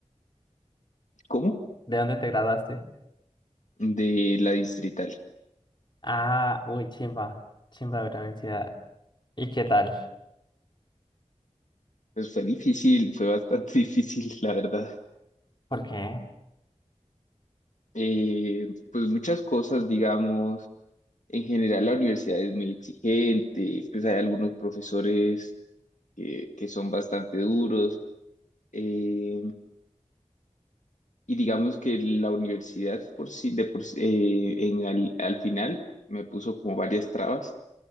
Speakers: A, on the left (about 80°); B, on the left (about 40°).
A: ¿Cómo?
B: de dónde te graduaste?
A: De la distrital.
B: Ah, uy, chimba. Chimba de la universidad. ¿Y qué tal?
A: Pues fue difícil, fue bastante <laughs> difícil, la verdad.
B: ¿Por qué?
A: Eh, pues muchas cosas, digamos, en general la universidad es muy exigente, pues hay algunos profesores que, que son bastante duros. eh, y digamos que la universidad por sí, de por sí, eh, en al al final me puso como varias trabas